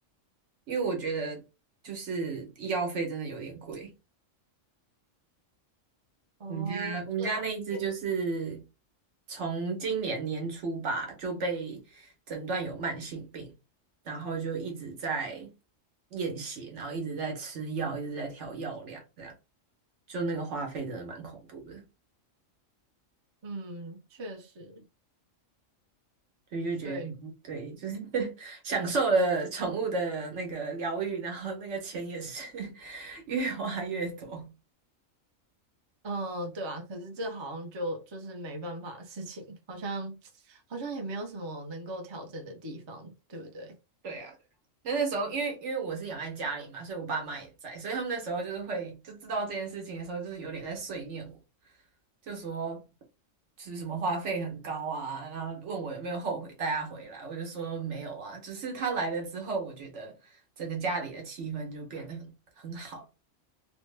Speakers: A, on the right; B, on the right.
A: 因为我觉得就是医药费真的有点贵。
B: 哦，
A: 我们家我们家那一只就是
B: 这也，
A: 从今年年初吧就被诊断有慢性病，然后就一直在验血，然后一直在吃药，一直在调药量，这样就那个花费真的蛮恐怖的，
B: 嗯，确实，
A: 所以就觉得嗯对，
B: 对，
A: 就是 <laughs> 享受了宠物的那个疗愈，然后那个钱也是 <laughs> 越花越多。
B: 嗯，对啊，可是这好像就就是没办法的事情，好像好像也没有什么能够调整的地方，对不对？
A: 对啊，对啊。那那时候，因为因为我是养在家里嘛，所以我爸妈也在，所以他们那时候就是会就知道这件事情的时候，就是有点在碎念我，就说就是什么花费很高啊，然后问我有没有后悔带他回来，我就说没有啊，只是他来了之后，我觉得整个家里的气氛就变得很很好。